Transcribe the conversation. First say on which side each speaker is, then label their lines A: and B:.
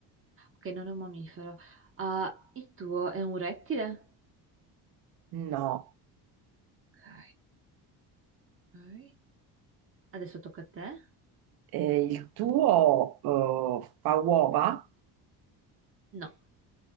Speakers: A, on the right (about 30°); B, on the right (about 65°).
A: che non è un mammifero. Ah, il tuo è un rettile?
B: no.
A: Ok, non è un rettile. Ok. Adesso tocca a te.
B: Eh, il tuo eh, fa uova?
A: No.